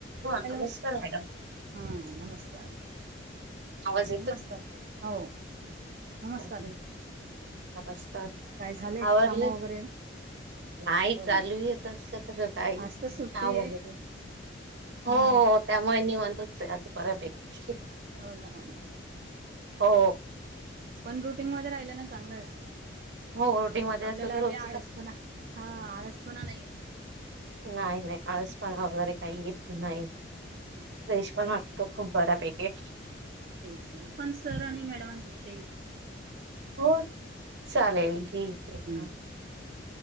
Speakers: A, on the right; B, on the right.
A: हा
B: हॅलो
A: नमस्कार मॅडम
B: हा नमस्कार
A: आवाज
B: नमस्कार ताई हो <inaudible>
A: आहो
B: ताई
A: नमस्कार
B: काय झाले
A: आवरलेस
B: काम वगैरे
A: नाही
B: हो
A: चालू आहेेत सगळं काही
B: आज
A: चहा
B: तर सुट्टी आहे
A: वगैरे हो
B: हा
A: त्यामुळे नि वा <unintelligible>
B: हो ना हो ना
A: हो
B: पण रुटीन मध्ये राहिल्या ना चांगलं असत.
A: हो रुटीन मध्ये
B: आपल्याला
A: असलं तर रोजच
B: बी आळसपणा हा आळसपणा नाहीयेत. असं
A: नाय नाय आळसपणा वगैरे काही येत नाही. फ्रेश
B: हम्म
A: पण वाटतो खूप बऱ्यापैकी
B: तेच ना पण सर आणि मॅडमांच्य विषयी
A: हो चालेल ठीकये हा
B: हम्म